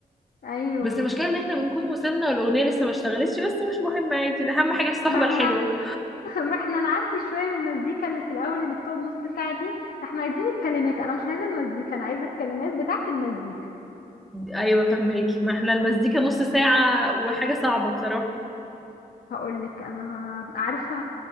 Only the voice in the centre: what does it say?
بس المشكله ان احنا بنكون وصلنا والاغنيه لسه ما اشتغلتش بس مش مهم عادي اهم حاجه الصحبه
الحلوه
ايوه فهماكي ما احنا المزيكا نص ساعة وحاجة صعبة بصراحة